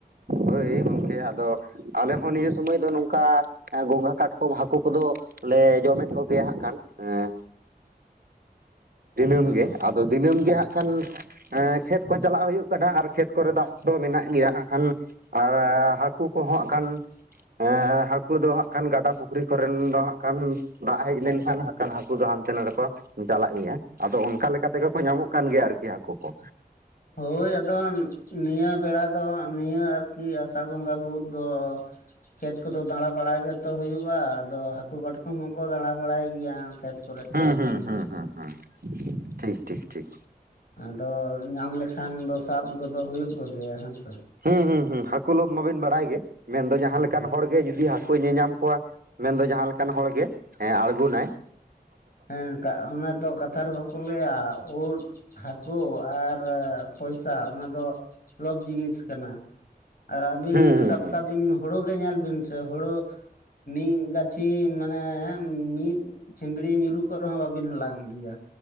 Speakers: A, on the right; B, on the left.
A: ᱦᱳᱭ ᱜᱚᱢᱠᱮ ᱟᱫᱚ ᱟᱞᱮ ᱦᱚᱸ ᱱᱤᱭᱟᱹ ᱥᱚᱢᱚᱭ ᱫᱚ ᱱᱚᱝᱠᱟ᱾ ᱜᱚᱸᱜᱷᱟ ᱠᱟᱴᱠᱚᱢ ᱦᱟᱠᱳ ᱠᱚᱫᱚ ᱞᱮ ᱡᱚᱢᱮᱫ ᱠᱚᱜᱮᱭᱟ ᱦᱟᱸᱜ ᱠᱷᱟᱱ ᱮᱸ᱾ ᱫᱤᱱᱟᱹᱢ
B: ᱚ
A: ᱜᱮ ᱟᱫᱚ ᱫᱤᱱᱟᱹᱢ
B: ᱦᱩᱸ
A: ᱜᱮ ᱦᱟᱸᱜ ᱠᱷᱟᱱ᱾ ᱮᱸ ᱠᱷᱮᱛ ᱠᱚ ᱪᱟᱞᱟᱜ ᱦᱳᱭᱳᱜ ᱠᱟᱱᱟ ᱟᱨ ᱠᱷᱮᱛ ᱠᱚᱨᱮ ᱫᱟᱜ ᱫᱚ ᱢᱮᱱᱟᱜ ᱜᱮᱭᱟ ᱦᱟᱸᱜ ᱠᱷᱟᱱ᱾ ᱟᱨ ᱦᱟᱠᱩ ᱠᱚᱦᱚᱸ ᱟᱸᱜ ᱠᱷᱟᱱ᱾ ᱮᱸ ᱦᱟᱠᱩ ᱫᱚ ᱦᱟᱸᱜ ᱠᱷᱟᱱ ᱜᱟᱰᱟ ᱯᱩᱠᱷᱨᱤ ᱠᱚᱨᱮᱱ ᱫᱚ ᱦᱟᱸᱜ ᱠᱷᱟᱱ᱾ ᱫᱟᱜ ᱦᱮᱡ ᱞᱮᱱᱠᱷᱟᱱ ᱦᱟᱠᱟ ᱦᱟᱠᱩ ᱫᱚ ᱦᱟᱱᱛᱮ ᱱᱟᱛᱮ ᱠᱚ ᱪᱟᱞᱟᱜ ᱜᱮᱭᱟ᱾ ᱟᱫᱚ ᱚᱱᱠᱟ ᱞᱮᱠᱟ ᱛᱮᱜᱮ ᱠᱚ ᱧᱟᱢᱚᱜ ᱠᱟᱱ ᱜᱮᱭᱟ ᱟᱨᱠᱤ ᱦᱟᱠᱳ ᱠᱚ᱾
B: ᱦᱳᱭ ᱟᱫᱚ ᱱᱤᱭᱟᱹ ᱵᱮᱲᱟ ᱫᱚ ᱱᱤᱭᱟᱹ ᱟᱨᱠᱤ ᱟᱥᱟᱲ ᱵᱚᱸᱜᱟ ᱵᱷᱩᱨ᱾ ᱫᱚ ᱠᱷᱮᱛ ᱠᱚᱫᱚ ᱫᱟᱸᱬᱟ ᱵᱟᱲᱟᱭ ᱜᱮᱛᱚ ᱦᱩᱭᱩᱜᱼᱟ ᱟᱫᱚ ᱦᱟᱠᱩ ᱠᱟᱴ ᱦᱚᱸ ᱠᱚ ᱫᱟᱸᱬᱟ ᱵᱟᱲᱟᱭ ᱜᱮᱭᱟ᱾ ᱠᱷᱮᱛ ᱠᱚᱨᱮ
A: ᱦᱩᱸ
B: ᱠᱚᱫᱚ
A: ᱦᱩᱸ
B: ᱱᱤᱭᱟᱹ᱾
A: ᱦᱩᱸ ᱦᱩᱸ ᱦᱩᱸ ᱴᱷᱤᱠ ᱴᱷᱤᱠ ᱴᱷᱤᱠ᱾
B: ᱟᱫᱚ ᱧᱟᱢ ᱞᱮᱠᱷᱟᱱ ᱫᱚ ᱥᱟᱵ ᱠᱚᱫᱚ ᱦᱳᱭᱳᱜ ᱠᱚᱜᱮᱭᱟ ᱦᱮᱸᱥᱮ᱾
A: ᱦᱩᱸ ᱦᱩᱸ ᱦᱩᱸ ᱦᱟᱠᱩ ᱞᱳᱵᱷ ᱢᱟᱵᱤᱱ ᱵᱟᱲᱟᱭ ᱜᱮ ᱢᱮᱱᱫᱚ ᱡᱟᱸᱦᱟ
B: ᱦᱩᱸ
A: ᱞᱮᱠᱟᱱ ᱦᱚᱲ ᱜᱮ ᱡᱩᱫᱤ ᱦᱟ ᱠᱩᱭ ᱧᱮᱧᱟᱢ ᱠᱚᱣᱟ ᱢᱮᱱᱫᱚ ᱡᱟᱸᱦᱟ ᱞᱮᱠᱟᱱ ᱦᱚᱲ ᱜᱮ ᱮᱸ ᱟᱸᱬᱜᱳᱱᱟ-ᱭ᱾
B: ᱦᱮᱸ ᱠᱟ ᱚᱱᱟ ᱫᱚ ᱠᱟᱛ ᱱᱮᱛᱟᱨ ᱵᱟᱠᱩ ᱞᱟᱹᱭᱟ ᱩᱫ ᱦᱟᱠᱩ ᱟᱨ ᱯᱚᱭᱥᱟ ᱚᱱᱟ ᱫᱚ᱾ ᱞᱚᱵᱽ ᱡᱤᱱᱤᱥ ᱠᱟᱱᱟ ᱟᱨ ᱟᱵᱤᱱ
A: ᱦᱩᱸ ᱦᱩᱸ
B: ᱥᱟᱵ
A: ᱦᱩᱸ
B: ᱥᱟᱵ ᱵᱤᱱ ᱦᱳᱲᱳ ᱜᱮ ᱧᱮᱞ ᱵᱤᱱ ᱥᱮ ᱦᱳᱲᱳ᱾ ᱢᱤᱜ ᱜᱟᱪᱷᱤ ᱢᱟᱱᱮ ᱢᱤᱜ ᱪᱷᱤᱢᱲᱤ ᱧᱩ ᱧᱩᱨᱩ ᱠᱚᱜ ᱨᱮᱦᱚᱸ ᱵᱟᱵᱤᱱ ᱦᱟᱞᱟᱝ ᱤᱫᱤᱭᱟ᱾